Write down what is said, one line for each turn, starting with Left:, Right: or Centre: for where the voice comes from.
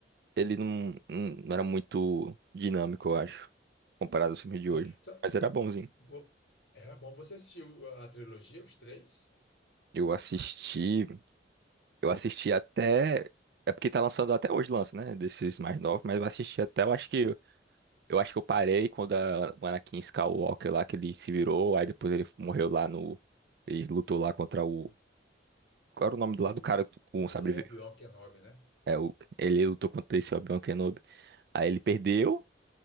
Right: ele não, não, não era muito dinâmico, eu acho, comparado aos filmes de
Left: é,
Right: hoje.
Left: só-
Right: Mas era bonzinho.
Left: vo- era bom. Você assistiu a trilogia, os três?
Right: Eu assisti. Eu assisti até. É porque tá lançando até hoje, lança, né? Desses mais novos, mas eu assisti até.
Left: Isso.
Right: Eu acho que eu acho que eu parei quando a, o Anakin Skywalker lá que ele se virou, aí depois ele morreu lá no. Ele lutou lá contra o. Qual era o nome
Left: O,
Right: do lado do cara com
Left: o,
Right: o sabre verde?
Left: o Obi-Wan Kenobi, né?
Right: É, o, ele lutou contra esse Obi-Wan Kenobi. Aí ele perdeu,